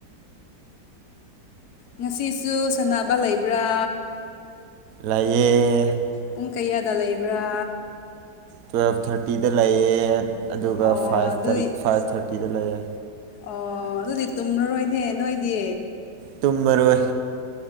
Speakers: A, on the left; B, on the right.
A: ꯉꯁꯤꯁꯨ ꯁꯥꯟꯅꯕ ꯂꯩꯕ꯭ꯔꯥ
B: ꯂꯩꯌꯦ
A: ꯄꯨꯡ ꯀꯌꯥꯗ ꯂꯩꯕ꯭ꯔꯥ
B: ꯇꯨꯌꯦꯜꯞ ꯊꯥꯔꯇꯤꯗ ꯂꯩꯌꯦ ꯑꯗꯨꯒ
A: ꯑꯣ
B: ꯐꯥꯏꯞꯇ
A: ꯑꯗꯨ
B: ꯐꯥꯏꯞ ꯊꯥꯔꯇꯤꯗ ꯂꯩꯌꯦ
A: ꯑꯣ ꯑꯗꯨꯗꯤ ꯇꯨꯝꯂꯔꯣꯏꯅꯦ ꯅꯣꯏꯗꯤ
B: ꯇꯨꯝꯃꯔꯣꯏ